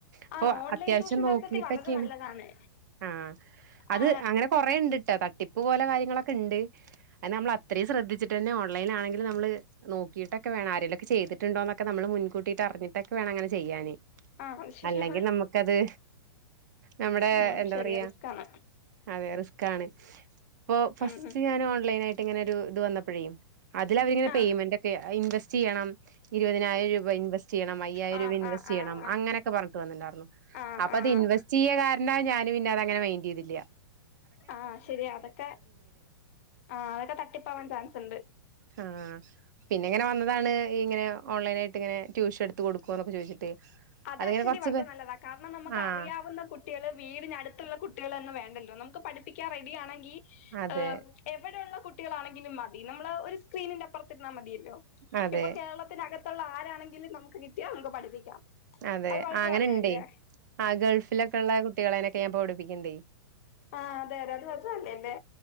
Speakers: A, on the right; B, on the left.
A: അപ്പൊ
B: ആ ഓൺലൈൻ
A: അത്യാവശ്യം
B: ട്യൂഷൻ യഥാർത്ഥത്തിൽ
A: നോക്കിട്ടെക്കെയാണ്
B: വളരെ നല്ലതാണ്
A: ആഹ് അത്
B: ആ
A: അങ്ങനെ കൊറേ ഇണ്ട്ട്ടാ ത തട്ടിപ്പ് പോലെ ക്യാര്യങ്ങളൊക്കെ ഇണ്ട് അത് നമ്മള് അത്രയും ശ്രദ്ധിച്ചിട്ടന്നെ ഓൺലൈൻ ആണെങ്കിലും നമ്മള് നോക്കിയിട്ടൊക്കെ വേണം ആരെങ്കിലൊക്കെ ചെയ്തിട്ടുണ്ടോന്നൊക്കെ നമ്മള് മുൻകൂട്ടിട്ട് അറിഞ്ഞിട്ടൊക്കെ വേണം അങ്ങനെ ചെയ്യാന്.
B: ആ അത് ശരിയാണ്
A: അല്ലെങ്കി നമുക്കത് നമ്മുടെ
B: ഉം
A: എന്താ
B: ശരിയാ
A: പറയാ
B: റിസ്ക് ആണ്
A: അതെ റിസ്- കാണ് ഇപ്പൊ ഫസ്റ്റ്
B: ഉം ഉം
A: ഞാൻ ഓൺലൈൻ ആയിട്ട് ഇങ്ങനെ ഒരു ഇത് വന്നപ്പഴേ അതില്ല് അവര്
B: ആഹ്
A: പേ്മെന്റക്കേ ഇൻവസ്റ്റ്- ചെയ്യണം ഇരുവതിനായിരം രൂപ ഇൻവെറ്റ് ചെയ്യണം അയ്യായിരം
B: ആഹ്
A: രൂപ ഇൻവെസ്റ്റ്
B: ആഹ്
A: ചെയ്യണം
B: ആഹ്
A: അങ്ങന- വർക്ക് വന്നണ്ടോരുന്നു
B: ആഹ്
A: അപ്പം
B: ആഹ്
A: അത് ഇൻവസ്റ്റ് ചെയ്യക്കാര <unintelligible> എന്നാ ഞാനും പിന്ന അങ്ങനെ മൈൻഡ് ചെയതില്ല
B: ആ ശരിയാ അതൊക്കെ ആ അതൊക്കെ തട്ടിപ്പാവാൻ ചാൻസ് ഉണ്ട്
A: ആ പിന്നിങ്ങനെ വന്നതാണ് ഇങ്ങനെ ഓൺലൈനായിട്ട് ഇങ്ങനെ ട്യൂഷൻ എടുത്ത് കൊടുക്കുവോ എന്നൊക്കെ ചോദിച്ചിട്ട്
B: അത്
A: അതിങ്ങനെ
B: ആക്ച്വലി
A: കൊറച്ച്
B: വളരെ
A: പേ
B: നല്ലതാ കാരണം നമുക്ക്
A: ആഹ്
B: അറിയാവുന്ന കുട്ടികള് വീടിനടുത്തുള്ള കുട്ടികളൊന്നും വേണ്ടല്ലോ നമു ഇപ്പോ പഠിപ്പിക്കാൻ റെഡിയാണെങ്കിൽ
A: അതെ
B: ആ എവ ടുള്ള കുട്ടികളാണെങ്കിലും മതി നമ്മള് ഒരു സ്ക്രീനിന്റെ അപ്പുറത്തിരുന്നാൽ മതി യല്ലോ
A: അതെ
B: ഇപ്പൊ കേരളത്തിനക ത്തുള്ള ആരാണെങ്കിലും നമുക്ക് കിട്ടിയാ നമുക്ക് പഠിപ്പിക്കാം
A: അതേ
B: അത് വളരെ
A: ആ അങ്ങനെയുണ്ടേ
B: നല്ലയല്ലേ
A: ആ ഗൾഫിലൊക്കെ ഉള്ള കുട്ടികളെനെയൊക്കെ ഞാൻ ഇപ്പ പടിപ്പിക്കണുണ്ടേ
B: ആ അതെ അത് <unintelligible> എന്റെ